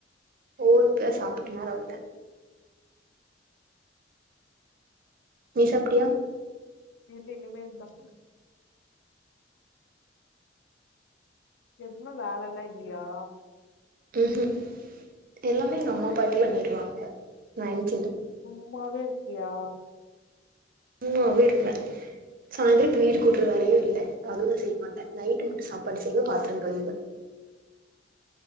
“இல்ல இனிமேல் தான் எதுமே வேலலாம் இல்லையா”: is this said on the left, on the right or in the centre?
Left